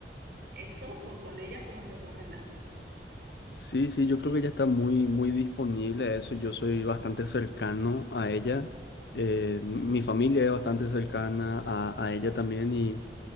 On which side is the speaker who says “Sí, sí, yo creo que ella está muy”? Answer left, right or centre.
Left